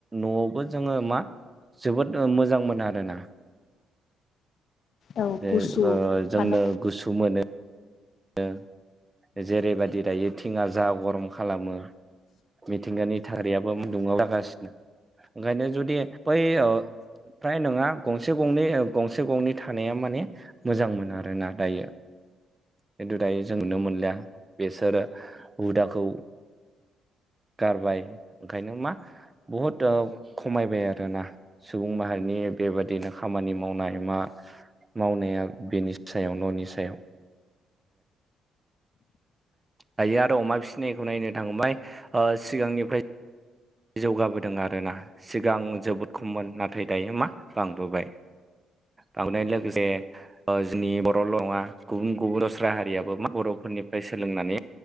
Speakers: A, on the right; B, on the left.
A: नआव जोङो मा जोबोद मोजां मोन आरोना
B: औ गुसु
A: ए ओ
B: थानो
A: जोंनो गुसु मोनो नो जेरैबादि दायो टिङा जा गरम खालामो। मिथिंगानि थारियाबो <inaudible> लागासिनो ओंखायनो जुदि बै ओ फ्राय नङा गंसे गंनै ओ गंसे गंनै थानाया माने मोजां मोन आरोना दायो। खिन्थु दायो जों नुनो मोनलिया बेसोरो हुदाखौ गारबाय, ओंखायनो मा बहुद ओ खमायबाय आरोना सुबुं माहारिनि बेबादिनो खामानि मावनाय मा-मावनाया बेनि सायाव न'नि सायाव। दायो आरो अमा फिसिनायखौ नायनो थांबाय सिगांनिफ्राय जौगाबोदों आरोना सिगां जोबोद खममोन नाथाय दायो मा बांबोबाय बांनाय लोगोसे जोंनि बर'ल' नङा गुबुन गुबुन दस्रा हारियाबो मा बर'फोरनिफ्राय सोलोंनानै